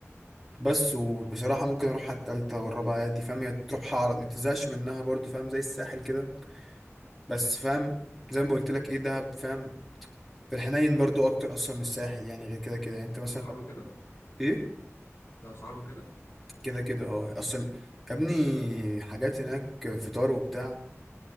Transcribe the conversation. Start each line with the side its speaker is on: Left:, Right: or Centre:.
Centre: بس وبصراحه ممكن اروح على التالتة والرابعه عادي فاهم هي تروح على ما تزهقش منها برضو فاهم زي الساحل كده بس فاهم زي ما قلت لك ايه دهب فاهم في الحنين برضو اكتر اصلا من الساحل يعني غير كده كده يعني انت مثلا
Left: اسعار
Centre: لو-
Left: وكده
Centre: ايه
Left: كاسعار وكده
Centre: كده كده اه اصلا يا ابني حاجات هناك فطار وبتاع